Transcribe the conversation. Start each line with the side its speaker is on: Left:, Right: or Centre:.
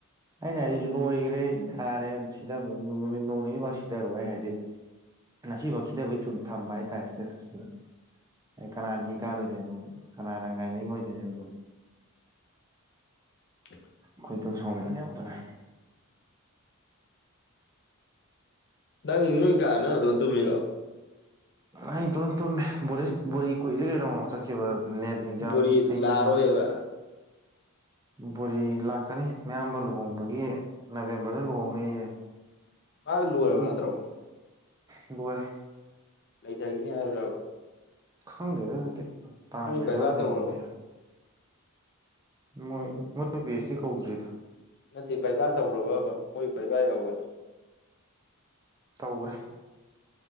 Right: ꯑꯩꯅ ꯍꯥꯏꯗꯤ ꯂꯣꯏꯒ꯭ꯔꯦ ꯌꯥꯔꯦ ꯁꯤꯗꯕꯗꯨ ꯅꯨꯃꯤꯠ ꯅꯣꯡ ꯅꯤꯅꯤꯃꯛ ꯁꯤꯗꯔꯣ ꯑꯩ ꯍꯥꯏꯗꯤ ꯉꯁꯤꯚꯧ ꯁꯤꯗꯕꯩ ꯊꯨꯝ ꯊꯝꯕ ꯍꯥꯏꯇꯥꯔꯦ ꯁꯇꯦꯇꯁ ꯇꯅ ꯑꯩ ꯀꯅꯥꯅ ꯏꯀꯥꯔꯣꯏꯗꯣꯏꯅꯣꯕ ꯀꯅꯥꯅ ꯉꯥꯏꯅꯤꯡꯉꯣꯏꯗꯣꯏꯅꯣꯕ ꯑꯗꯨꯕꯣ
Left: <inaudible>
Right: ꯇꯣꯢꯗꯧ ꯁꯥꯎꯅꯤꯡꯉꯦꯕ ꯑꯗꯨꯅ
Left: ꯅꯪ ꯅꯣꯏ ꯀ ꯅꯪ ꯅꯇꯣꯟ ꯇꯨꯝꯃꯤꯔꯣ
Right: ꯑꯩꯇꯣꯟ ꯇ ꯕꯣꯔꯤꯁ ꯕꯣꯔꯤ ꯀꯨꯏꯔꯦ ꯀꯩꯅꯣ ꯆꯠꯈꯤꯕ ꯅꯦꯠ ꯑꯦꯛꯖꯥꯝ
Left: ꯕꯣꯔꯤ
Right: ꯑꯩꯅ
Left: ꯂꯥꯛꯑꯔꯣꯏꯕ
Right: ꯕꯣꯔꯤ ꯂꯥꯛꯀꯅꯤ ꯃꯌꯥꯝꯕ ꯂꯨꯍꯣꯡꯕꯒꯤ ꯅꯕꯦꯝꯕꯔꯗ ꯂꯨꯍꯣꯡꯅꯤꯌꯦ
Left: ꯃꯥ ꯂꯣꯏꯔꯕ
Right: ꯑꯗꯨꯒꯤ
Left: ꯅꯠꯇ꯭ꯔꯣ
Right: ꯂꯣꯏꯔꯦ
Left: ꯂꯩꯗꯒꯤꯅꯤ ꯍꯥꯏꯕ꯭ꯔꯥꯕ
Right: ꯈꯪꯗꯦꯗ ꯑꯗꯨꯗꯤ ꯇꯥꯟꯗ꯭ꯔꯤꯕꯥ
Left: ꯃꯣꯏ ꯕꯩꯕꯥ
Right: ꯂꯩꯈꯤꯗꯣꯏꯔꯥ
Left: ꯇꯧꯈ꯭ꯔꯕ
Right: ꯃꯣꯏ ꯃꯣꯢꯏ ꯄꯤ ꯑꯩꯛꯁ ꯗꯤ ꯀꯧꯗ꯭ꯔꯤꯗ
Left: ꯅꯠꯇꯦ ꯕꯩꯕꯥ ꯇꯧꯒ꯭ꯔꯕꯥꯕ ꯃꯣꯏ ꯕꯩꯕꯥ ꯌꯥꯎꯕꯅꯤ
Right: ꯇꯧꯒ꯭ꯔꯦ